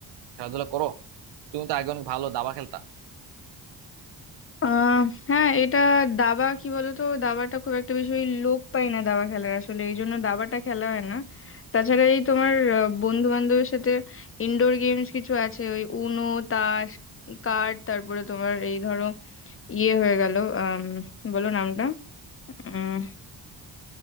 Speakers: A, on the right (about 80°); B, on the left (about 30°).
A: খেলাধুলা করো তুমি তো আগে অনেক ভালো দাবা খেলতা
B: আহ হ্যাঁ এটা দাবা কি বলতো দাবাটা খুব একটা বেশি ওই লোক পাই না দাবা খেলার আসলে এই জন্য দাবাটা খেলা হয় না তাছাড়া এই তোমার বন্ধু বান্ধবের সাথে ইনডোর গেমস কিছু আছে ওই উনো তাস কার্ড তারপরে তোমার এই ধরো ইয়ে হয়ে গেল আহ বলো নামটা উম